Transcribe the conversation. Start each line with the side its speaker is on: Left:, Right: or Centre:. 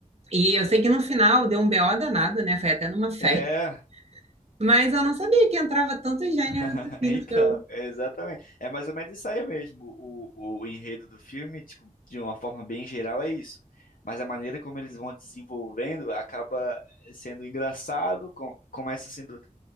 Right: E eu sei que no final deu um BO danado, né? Foi até numa festa.
Left: É,
Right: <laughs> Mas eu não sabia que entrava tantos gêneros
Left: <laughs>
Right: assim
Left: Então,
Right: no filme.
Left: exatamente. É mais ou menos isso aí mesmo. O, o, o enredo do filme, tipo, de uma forma bem geral, é isso. Mas a maneira como eles vão desenvolvendo acaba sendo engraçado, com- começa sendo.